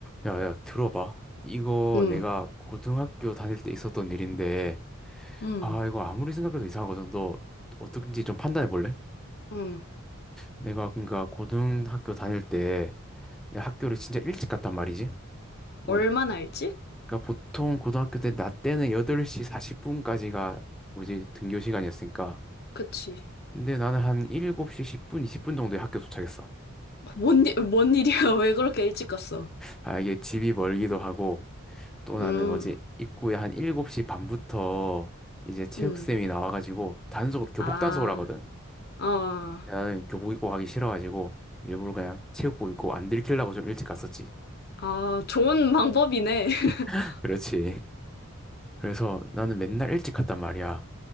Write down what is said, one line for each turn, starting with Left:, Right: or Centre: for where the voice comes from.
Centre: 야, 야, 들어봐. 이거
Left: 응,
Centre: 내가 고등학교 다닐 때 있었던 일인데,
Left: 응,
Centre: 아, 이거 아무리 생각해도 이상하거든. 너 어떻게인지 좀 판단해 볼래?
Left: 응.
Centre: 내가 그러니까 고등학교 다닐 때 내가 학교를 진짜 일찍 갔단 말이지. 뭐,
Left: 얼마나 일찍?
Centre: 그러니까 보통 고등학교 때 나 때는 8시 40분까지가 뭐지 등교 시간이었으니까.
Left: 그치.
Centre: 근데 나는 한 7시 10분, 20분 정도에 학교 도착했어.
Left: 뭔, 일- 뭔 일이야? <laughs> 왜 그렇게 일찍 갔어?
Centre: 아, 이게 집이 멀기도 하고, 또 나는
Left: 음,
Centre: 뭐지 입구에 한 7시 반부터 이제 체육쌤이
Left: 음.
Centre: 나와가지고 단속 교복
Left: 아,
Centre: 단속을 하거든.
Left: 아,
Centre: 나는 교복 입고 가기 싫어가지고 일부러 그냥 체육복 입고 안 들키려고 좀 일찍 갔었지.
Left: 아, 좋은 방법이네. <laughs>
Centre: <laughs> 그렇지. 그래서 나는 맨날 일찍 갔단 말이야.